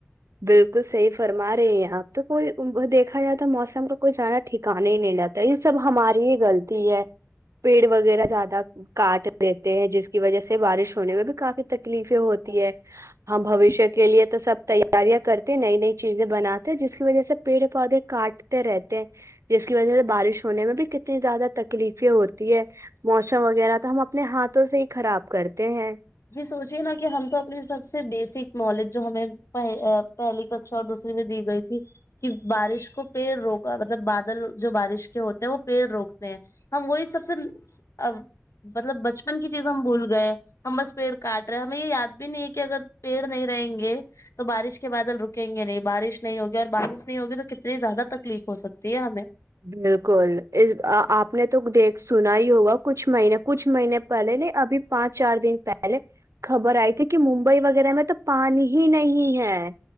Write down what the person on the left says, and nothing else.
جی سوچیے نا کہ ہم تو اپنی سب سے بیسک نالج جو ہمیں پہلی ککا اور دوسری میں دی گئی تھی کہ بارش کو پڑ روک مطلب بادل جو بارش کے ہوتے ہیں وہ پیڑ روکتے ہیں ہم وہی سب ا مطلب بچپن کی چیز ہم بھول گئے ہم بس پیڑ کاٹ رہے ہیں ہمیں یہ یاد بھی نہیں ہے کہ اگر پیڑ نہیں رہیں گے تو بارش کے بادل رکیں گے نہیں بارش نہیں ہوگی اور بارش نہیں ہوگی تو کتنی زیادہ تکلیف ہو سکتی ہے ہمیں